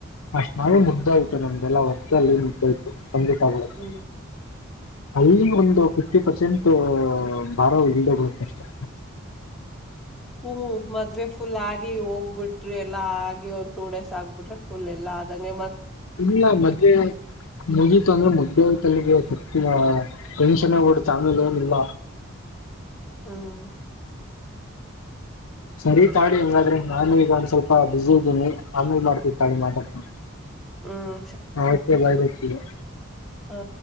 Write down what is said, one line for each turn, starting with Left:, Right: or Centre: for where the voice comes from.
Left: ಅಷ್ಟ್ ಮಾಡಿದ್ರೆ ಮುಗ್ಧೆ ಹೋಯ್ತು ನಮ್ದಲ್ಲಾ ವರ್ಕಲ್ಲಿ ಮುಗ್ಧೆ ಹೋಯ್ತು ಸಂಜೆಕಾಗ್ಬುಡುತ್ತೆ
Centre: ಹ್ಮ್
Left: ಅಲ್ಲಿ ಒಂದು ಫಿಫ್ಟಿ ಪರ್ಸೆಂಟ್ ಭಾರ ಇಳ್ದೋಗ್ ಬಿಡುತ್ತಷ್ಟೇ.
Centre: ಹ ಮದ್ವೆ ಫುಲ್ ಆಗಿ ಹೋಗ್ಬಿಟ್ರಿ ಎಲ್ಲ ಆಗಿ ಒಂದ ಟೂ ಡೇಸ್ ಆಗ್ಬಿಟ್ರೆ ಫುಲ್ ಎಲ್ಲಾ ಆದಂಗೆ ಮ
Left: ಇಲ್ಲ ಮದ್ವೇ ಮುಗಿತು ಅಂದ್ರೆ ಮುಗ್ದೆ ಹೊಯಿತಲ್ಲಿಗೆ ಸತಿಯಾ ಟೆನ್ಷನೇ ಹೊ ಬಿಡುತ್ತೆ ಆಮೇಲೊನ್ ಇಲ್ಲ.
Centre: ಹ್ಮ್
Left: ಸರಿ ತಾಳಿ ಹೆಂಗಾದ್ರೆ ನಾನು ಈಗ ಒಂದ್ ಸ್ವಲ್ಪ ಬಿಸಿ ಇದ್ದೀನಿ ಆಮೇಲೆ ಮಾಡ್ತಿನ್ ತಾಳಿ ಮಾತಾಡ್ತಿನ್.
Centre: ಹ್ಮ್
Left: how okay bye bye see you.
Centre: ಹಾ